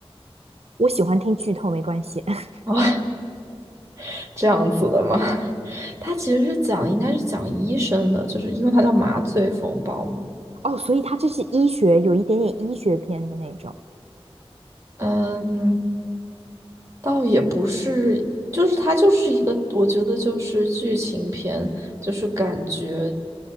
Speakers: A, on the right; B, on the right.
A: 我喜欢听剧透，没关系。<laughs>
B: 啊，<laughs> 这样子的吗？<laughs> 它其实是讲，应该是讲医生的，就是因为它叫麻醉风暴嘛。
A: 哦，所以它这是医学，有一点点医学片的那种。
B: 嗯，倒也不是，就是它就是一个，我觉得就是剧情片，就是感觉